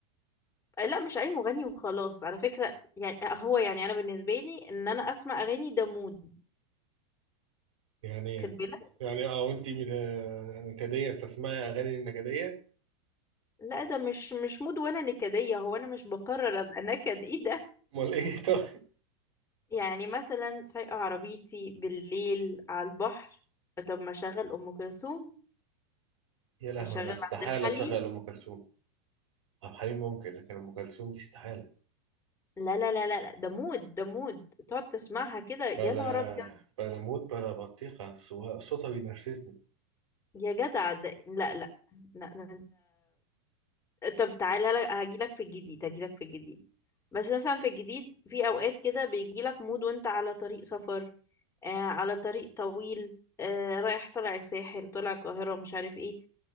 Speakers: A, on the left (about 20°); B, on the right (about 75°).
A: لا مش اي مغني وخلاص على فكرة يعني هو يعني انا بالنسبة لي ان انا اسمع اغاني ده مود
B: يعني
A: خد بالك
B: يعني اه وانتي من- نكدية تسمعي اغاني النكدية
A: لا ده مش مش مود وانا نكدية هو انا مش بقرر ابقى نكد ايه ده
B: امال ايه <laughs> طيب
A: يعني مثلا سايقة عربيتي بالليل على البحر طب ما اشغل ام كلثوم
B: يا لهوي
A: اشغل
B: انا استحالة
A: عبد الحليم
B: اشغل ام كلثوم عبد الحليم ممكن لكن ام كلثوم دي استحالة
A: لا لا لا لا لا، ده مود ده مود تقعد تسمعها كده يا
B: بلا
A: نهار ابيض
B: بلا موت بلا بطيخة سو- صوتها بينرفزني
A: يا جدع ده لا لا لا, لا. طب تعالى لك هجيلك في الجديد هجيلك في الجديد بس مثلا في الجديد في اوقات كده بيجيلك مود وانت على طريق سفر آه على طريق طويل آه رايح طالع الساحل طالع القاهرة مش عارف ايه